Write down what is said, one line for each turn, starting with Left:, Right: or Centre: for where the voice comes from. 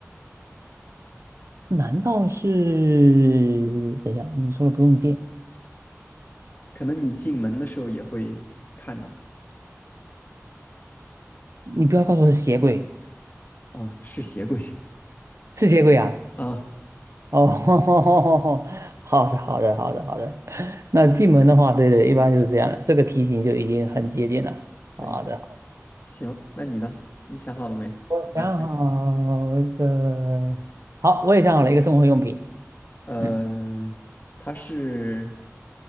Right: 难道是？等一下，你说的不用电，
Left: 可能你进门的时候也会看到
Right: 你不要告诉我是鞋柜，
Left: 啊，是鞋柜
Right: 是鞋柜啊？
Left: 啊。
Right: 哦，<laughs> 好的，好的，好的，好的。那进门的话，对对，一般就是这样的，这个题型就已经很接近了。
Left: 对，
Right: 好的，好的，
Left: 行，那你呢？你想好了没？
Right: 我想好一个，
Left: 我来猜。
Right: 好，我也想好了一个生活用品，
Left: 呃，
Right: 嗯，
Left: 它是